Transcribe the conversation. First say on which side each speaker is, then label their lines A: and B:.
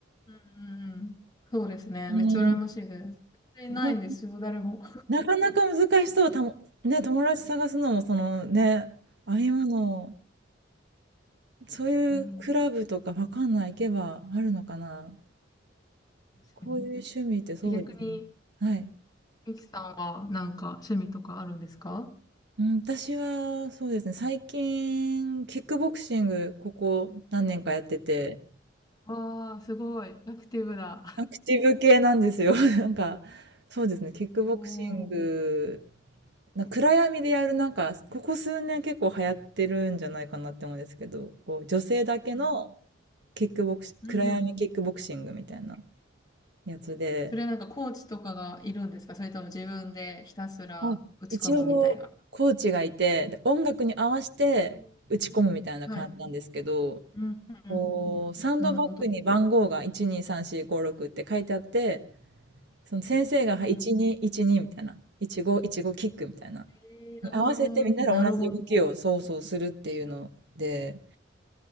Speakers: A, on the left; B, on the right.
A: うんうんうん。そうですね。
B: うん、
A: めっちゃ羨ましいです。全然ないんですよ、
B: な、
A: 誰も。
B: なかなか難しそう、たも、ね、友達探すのも、そのね、ああいうもの、そういうクラブとかわかんない、
A: うん
B: 行けばあるのかな。
A: 確かに。
B: こういう趣味ってそうですね。
A: え逆に、
B: はい。
A: ミキさんはなんか趣味とかあるんですか
B: うん、私はそうですね、最近、キックボクシング、ここ何年かやってて、
A: わあ、すごい。アクティブだ。
B: アクティブ系なんですよ。<laughs> なんか、そうですね、キックボクシング、
A: おお。
B: な暗闇でやる、なんか、ここ数年結構流行ってるんじゃないかなって思うんですけど、こう、女性だけの
A: うん。
B: キックボクシ、
A: うんうん。
B: 暗闇キックボクシングみたいなやつで、
A: それはなんかコーチとかがいるんですかそれとも自分でひたすら打ち込むみたいな。
B: あ、一応、コーチがいて、で、音楽に合わせて打ち込むみたいな感じなんですけど、
A: へーはい。うんうんうんうん。
B: こう、サンドバッグに番号が1、
A: なるほど。
B: 2、3、4、5、6って書いてあって、その先生がはい1212みたいな、
A: うんうん。
B: 1515キックみたいな、
A: えー、
B: に合わせてみんなで同じ動きをそうそうするっていうので、
A: ああ、なるほど。